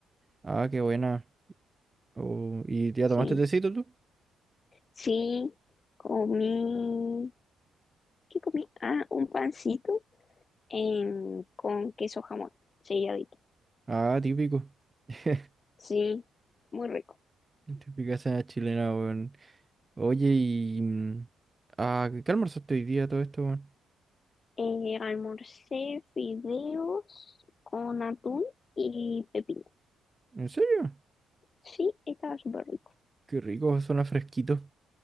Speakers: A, on the right; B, on the left.
A: Ah, qué buena. Oh, ¿y ya
B: Sí,
A: tomaste tecito tú?
B: sí, comí, ¿qué comí? Ah, un pancito em, con queso jamón, selladito.
A: Ah, típico. <laughs>
B: Sí, muy rico.
A: Típica cena chilena, weón. Oye, y... mm, Ah, ¿qué qué almorzaste hoy día todo esto, weón?
B: Eh, almorcé fideos con atún y pepino.
A: ¿En serio?
B: Sí, estaba súper rico.
A: Qué rico, suena fresquito.